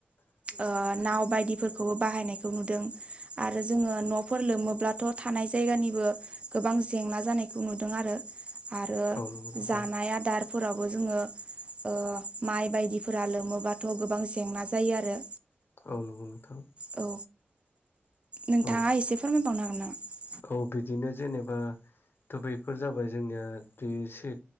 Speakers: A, on the right; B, on the left.
A: ओ नाउ बायदिफोरखौबो बाहायनायखौ नुदों। आरो जोङो न'फोर लोमोब्लाथ' थानाय जायगानिबो गोबां जेंना जानायखौ नुदों आरो आरो
B: औ नंगौ नोंथां
A: जानाय आदार फोरावबो जोङो ओ माइ बायदिफोरा लोमोबाथ' गोबां जेंना जायो आरो।
B: औ नंगौ नोंथां।
A: औ। नोंथाङा
B: औ
A: एसे फोरमायबावनो हागोन नामा?
B: औ बिदिनो जेनेबा थ' बेफोर जाबाय जोंनिया बेसे